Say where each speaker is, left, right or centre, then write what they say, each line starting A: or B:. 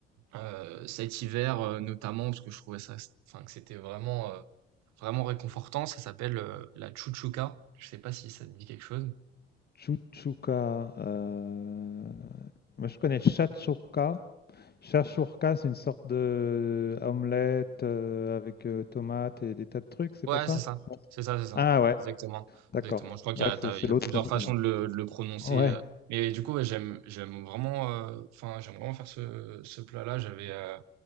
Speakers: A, on the right (about 60°); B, on the left (about 30°).
A: euh, cet hiver euh, notamment parce que je trouvais ça enfin que c'était vraiment euh, vraiment réconfortant ça s'appelle euh, la chouchouka je sais pas si ça te dit quelque chose
B: Chuchuka. euh, Moi, je connais Shatsouka. Shatsouka, c'est une sorte de euh, omelette euh, avec euh, tomates et des tas de trucs, c'est
A: ouais
B: pas ça?
A: c'est ça
B: Non.
A: c'est ça c'est ça
B: Ah ouais,
A: exactement
B: d'accord.
A: exactement je crois qu'il
B: Ah,
A: y a
B: c'est
A: t'as-
B: c'est
A: il y
B: l'autre
A: a plusieurs
B: nom
A: façons
B: alors.
A: de le, de le prononcer
B: Ouais,
A: euh. mais du coup ouais, j'aime j'aime vraiment euh, enfin j'aime vraiment faire ce ce plat-là j'avais euh,